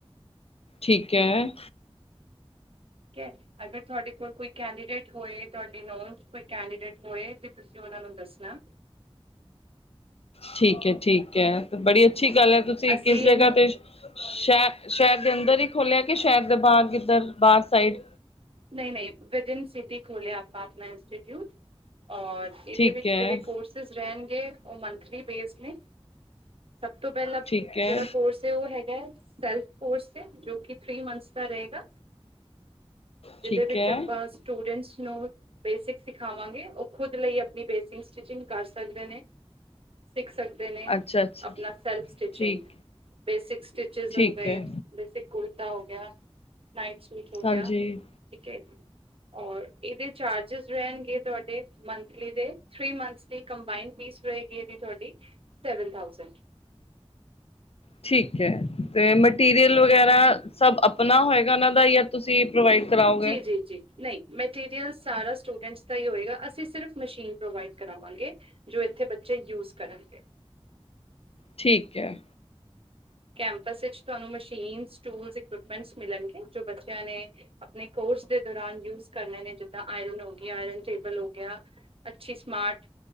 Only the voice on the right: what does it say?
ਠੀਕ ਹੈ, ਅਗਰ ਤੁਹਾਡੇ ਕੋਲ ਕੋਈ ਕੈਂਡੀਡੇਟ ਹੋਏ ਤੁਹਾਡੀ ਨੋਨ ਚ ਕੋਈ ਕੈਂਡੀਡੇਟ ਹੋਏ ਤੇ ਤੁਸੀਂ ਔਨ ਉਨਾਂ ਨੂੰ ਦੱਸਣਾ।
ਅਸੀਂ
ਇਹਨੂੰ
ਨਹੀਂ-ਨਹੀਂ, ਵਿਦਇਨ ਸਿਟੀ ਖੋਲਿਆ ਆਪਾਂ ਅਪਣਾ ਇੰਸਟੀਿਊਟ। ਔਰ
ਈਦੇ ਵਿਚ
ਜੇੜੇ ਕੋਰਸਿਸ ਰੈਣਗੇ, ਔ ਮੰਥਲੀ ਬੇਸ ਨੇ। ਸਭ ਤੋਂ ਪੈਲਾਂ
ਜੇੜਾ ਕੋਰਸ ਏ, ਓਹ ਹੈਗ। ਗੈ, ਸਲਫ ਕੋਰਸ ਏ, ਜੋ ਕਿ ਥ੍ਰੀ ਮੰਥਸ ਦਾ ਰਹੇਗਾ। ਜਿਦੇ
ਵਿੱਚ
ਅਪਾਂ ਸਟੂਡੈਂਟਸ ਨੂੰ ਬੇਸਿਕ ਸਿਖਾਵਾਂਗੇ, ਓਹ ਖੁਦ ਲਈ ਅਪਣੀ ਬੇਸਿੰਗਸ ਸਟਿਚਿੰਗ ਕਰ ਸਕਦੇ ਨੇ। ਸਿੱਖ ਸਕਦੇ ਨੇ,
ਅਪਣਾ ਸੈਲਫ ਸਟਿਚਿੰਗ।
ਬੇਸਿਕ ਸਟਟੀਚਿਸ
ਹੋ ਗਏ,
ਬੇਸਿਕ ਕੁੜਤ ਤਾ ਹੋ ਗਿਆ ਨਾਈਟ ਸੂਟ ਹੋ ਗਿਆ,
ਠੀਕ ਏ। ਔਰ ਏਦੇ ਚਾਰਜਿਸ ਰੈਣਗੇ, ਤੁਹਾਡੇ ਮੰਥਲੀ ਦੇ ਥ੍ਰੀ ਮੰਥ ਦੀ ਕੰਬਾਇਨ ਫੀ ਫੀਸ ਰਹੇਗੀ ਏਦੀ ਤੁਹਾਡੀ, ਸੈਵਨ ਥਾਊਸੈਂਡ।
ਜੀ-ਜੀ-ਜੀ, ਨਹੀਂ ਮੈਟੀਰੀਅਲਸ ਸਾਰਾ ਸਟੂਡੈਂਟਸ ਦਾ ਹੀ ਹੋਏਗਾ, ਅਸੀਂ ਸਿਰਫ਼ ਮਸ਼ੀਨ ਪ੍ਰੋਵਾਈਡ ਕਰਾਵਾਂਗੇ, ਜੋ ਏਥੇ ਬੱਚੇ ਯੂਜ ਕਰਨ ਗੇ।
ਕੈਂਪਸ ਏਚ ਤੁਹਾਨੂੰ ਮਸ਼ੀਨ ਸਟੂਲ ਇਕ ਦ ਵੈਣਸ ਮਿਲਣ ਗੇ ਜੋ ਬੱਚਿਆਂ ਨੇ ਅਪਣੇ ਕੋਰਸ ਦੇ ਦੌਰਾਨ ਯੂਸ ਕਰਨੇ ਨੇ। ਤਾ ਆਇਰਨ ਹੋ ਗੀ ਆਇਰਨ ਟੇਬਲ ਹੋ ਗਿਆ। ਅੱਛੀ ਸਮਾਰਟ